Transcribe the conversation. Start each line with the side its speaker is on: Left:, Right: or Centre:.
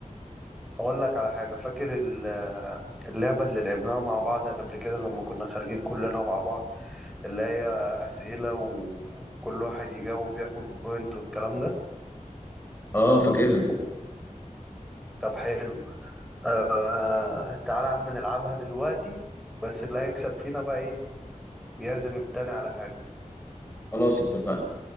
Centre: اقول لك على حاجه فاكر ال- اللعبه اللي لعبناها مع بعض قبل كده لما كنا خارجين كلنا مع بعض اللي هي اسئله وكل واحد يجاوب ياخد بوينت والكلام ده
Left: اه فاكرها
Centre: طب حلو آه تعالى يا عم نلعبها دلوقتي بس اللي هيكسب فينا بقى ايه يعزم التاني على حاجه
Left: خلاص اتفقنا